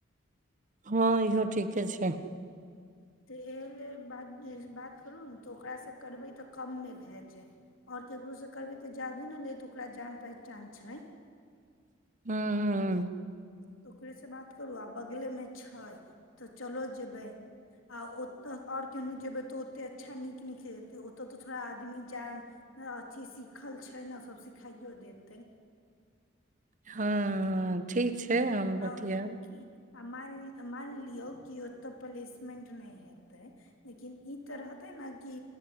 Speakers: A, on the right; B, on the left.
A: हँ इहो ठीके छै
B: तऽ एहि ल बात बात करू ने तऽ ओकरासँ करबै तऽ कम नहि भए जाय आओर ककरोसँ करबै तऽ जाादे ने ल तऽ ओकरा जान पहचान छै
A: हू ह ह
B: त ओकरेसँ बात करू आ बगलेमे छै तऽ चलो जेयबै आ ओतऽ आओर केनहु जेयबै तऽ ओतेक अच्छा नीक निकतै ओतय तऽ थोड़ा आदमी जान अथी सिखल छै ने सभ सिखाइयो देतै
A: हँ ठीक छै हम
B: हँ
A: बतआब
B: की आ मान मान लियौ कि ओतय प्लेसमेंट नहि हेतै लेकिन ई त रहतै ने कि